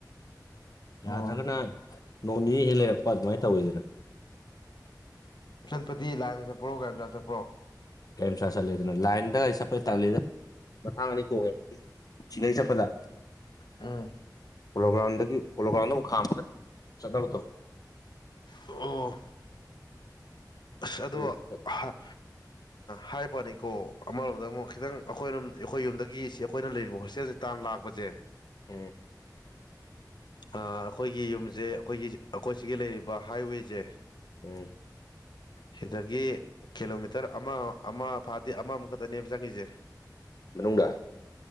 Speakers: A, on the left; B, on the left.
A: ꯌꯥꯗ꯭ꯔꯒꯅ
B: ꯑꯣ
A: ꯅꯣꯡ ꯅꯤꯅꯤ ꯍꯦꯛ ꯂꯩꯔꯛꯄ ꯑꯗꯨꯃꯥꯏ ꯇꯧꯋꯤꯗꯅ
B: ꯆꯠꯄꯗꯤ ꯂꯥꯏꯟꯗ ꯆꯠꯄ꯭ꯔꯣ ꯒꯥꯔꯤ ꯃꯆꯥ ꯆꯠꯄ꯭ꯔꯣ
A: ꯒꯔꯤꯃꯆꯥ ꯆꯠꯂꯦꯗꯅ ꯂꯥꯏꯟꯗ ꯑꯩ ꯆꯠꯄꯩ ꯇꯜꯂꯤꯗ ꯃꯊꯥꯡ ꯑꯅꯤ ꯇꯣꯡꯉꯦ <inaudible> ꯁꯤꯗꯩ ꯆꯠꯄꯗ
B: ꯎꯝ
A: ꯄ‌ꯣꯂꯣꯒ꯭ꯔꯥꯎꯟꯗꯒꯤ ꯄ‌ꯣꯂꯣꯒ꯭ꯔꯥꯎꯟꯗ ꯑꯃꯨꯛ ꯈꯥꯝꯃꯒ ꯆꯠ <unintelligible>
B: ꯑꯣ <unintelligible> ꯑꯗꯣ
A: ꯎꯝ
B: ꯍꯥ
A: <inaudible>
B: ꯍꯥꯏꯕ꯭ꯋꯅꯤꯀꯣ ꯑꯃꯔꯣꯝꯗ ꯑꯃꯨꯛ ꯈꯤꯇꯪ ꯑꯩꯈꯣꯏꯔꯣꯝ ꯑꯩꯈꯣꯏ ꯌꯨꯝꯗꯒꯤ ꯁꯤ ꯑꯩꯈꯣꯏꯅ ꯂꯩꯔꯤꯕ ꯍꯣꯁꯇꯦꯜꯁꯦ ꯇꯥꯝ ꯂꯥꯛꯄꯁꯦ
A: ꯎꯝ
B: ꯑꯥ ꯑꯩꯈꯣꯏꯒꯤ ꯌꯨꯝꯖꯦ ꯑꯩꯈꯣꯏꯒꯤ ꯑꯩꯈꯣꯏ ꯁꯤꯒꯤ ꯂꯩꯔꯤꯕ ꯍꯥꯏꯋꯦꯖꯦ
A: ꯎꯝ
B: ꯁꯤꯗꯒꯤ ꯀꯤꯂꯣꯃꯤꯇꯔ ꯑꯃ ꯑꯃ ꯐꯥꯗꯦ ꯑꯃꯃꯨꯛ ꯈꯛꯇꯅꯦꯕ ꯆꯪꯉꯤꯖꯦ
A: ꯃꯅꯨꯡꯗ